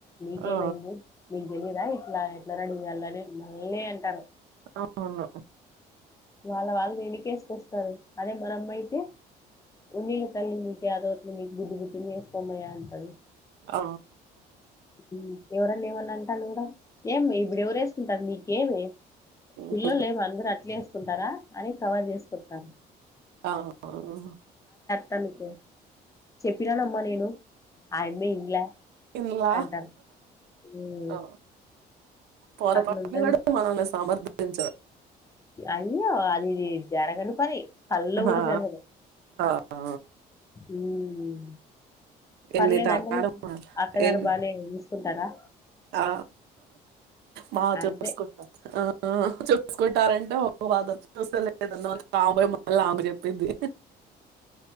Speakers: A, on the left (about 20°); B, on the right (about 80°).
A: మీకేమైంది
B: ఆ!
A: మీకు తెలీయదా ఏ ఇలా ఎట్లా రెడీ చేయాలని నేనే అంటారు
B: అవును
A: వాళ్ళ వాళ్ళనీ ఎనుకెసుకొస్తారు అదే మన అమ్మ అయితే ఉన్నీ తల్లిని అదోట్లూ మీకు బుద్ధు బుద్ధని వేకోమయా అంటాడు
B: ఆ
A: మ్మ్ ఎవరన్న ఏమన్న అంటండ్రు గా ఏం ఇప్పుడు ఎవ్వరు ఏసుకుంటారు నీకేమీ
B: హుహు.
A: పిల్లొల్లు ఏం అందరు అట్లేసుకుంటారా అని కవర్ చేసుకుంటంది
B: అవును
A: తనుకు చెప్పినానమ్మా నేను అయమ్మే ఇన్ల్య
B: ఇలా
A: అంటా మ్మ్
B: ఆ! పొరపాటున
A: అట్ల ఉంటది
B: కూడా మనల్ని సమర్థించరు.
A: అయ్యో అది జరగని పని కల్లో కూడా
B: ఆ!
A: జరగదు
B: ఆ
A: మ్మ్ పర్లేదండి
B: ఎన్ని తరాలు మా
A: అత్తగారు
B: ఎన్
A: బానే చూసుకుంటారా
B: ఆ మా అత్త
A: అంతే.
B: <unintelligible> చూసుకుంటున్నారు ఆ ఆ చూసుకుంటారంటే ఓ బాధ చూసుకోలేదన్న రాబోయి మళ్ళ అమె చెప్పింది